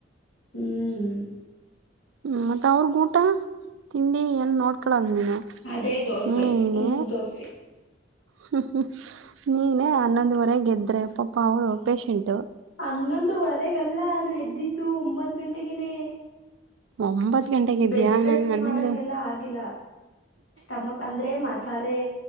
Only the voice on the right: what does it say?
ಹ್ಞ ಮತ್ತ ಅವ್ರಗ್ ಊಟ ತಿಂಡಿ ಎನು ನೋಡ್ಕೊಳೋದ ನೀನು.
ಹ್ಮ್ ನೀನೆ
ಹ್ಮ್ ಹ್ಮ್ ನೀನೇ ಹನ್ನೊಂದುವರೆಗೆದ್ರೆ ಪಾಪಾ ಅವರು ಪೇಷೆಂಟು.
ಒಂಬತ್ತು ಗಂಟೆಗೆ ಎದ್ದೀಯಾ
ನಾನು ಹನ್ನೊಂದು